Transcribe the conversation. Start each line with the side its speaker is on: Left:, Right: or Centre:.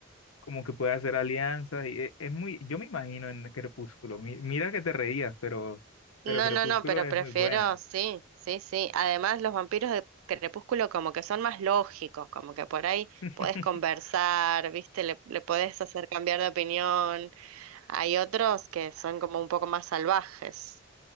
Left: como que puede hacer alianzas y e- es muy, yo me imagino en Crepúsculo, mi- mira que te reías, pero, pero
Right: No,
Left: Crepúsculo
Right: no, no, pero
Left: es
Right: prefiero,
Left: muy buena.
Right: sí, sí, sí. Además, los vampiros de Crepúsculo como que son más lógicos, como que por ahí
Left: <laughs>
Right: podés conversar, ¿viste? Le, le podés hacer cambiar de opinión. Hay otros que son como un poco más salvajes.